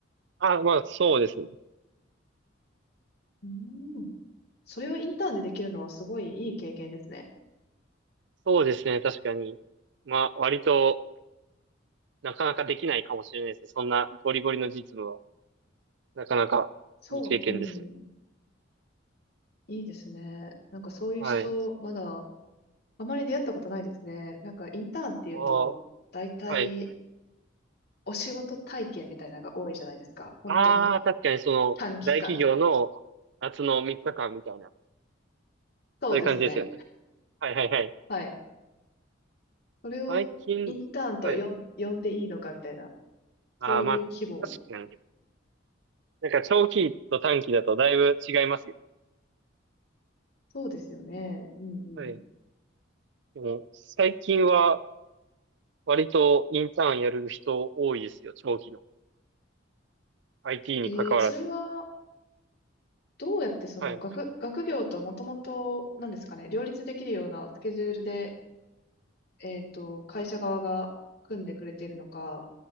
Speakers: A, on the right (about 65°); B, on the left (about 55°).
A: あ、まあ、そうですね。
B: うん。それをインターンでできるのはすごいいい経験ですね。
A: そうですね、確かに。まあ、割となかなかできないかもしれないですね。そんなゴリゴリの実務は、なかなかいい経験ですね。
B: そううん。いいですね。なんかそういう人、
A: はい。あ
B: まだ、あまり出会ったことないですね。なんかインターンっていうと、
A: ー
B: 大体、
A: はい。
B: お仕事体験みたいなのが多いじゃないですか。本当に
A: ああ、確かにその、
B: 短期間。
A: 大企業の夏の3日間みたいな、
B: そうですね。
A: そういう感じですよね。はいはいはい。
B: はい。それをインターンとよん、
A: 最近、はい。
B: 呼んでいいのかみたいな、
A: ああ、
B: そういう規模。
A: まあ、確かに。なんか長期と短期だとだいぶ違いますよ。
B: そうですよね。うんうん。
A: はい。でも、最近は割とインターンやる人多いですよ、長期の。IT に関わらず。
B: えーそれは、どうやってその学、
A: はい。
B: 学業ともともと、なんですかね、両立できるようなスケジュールで、えっと、会社側が組んでくれているのか、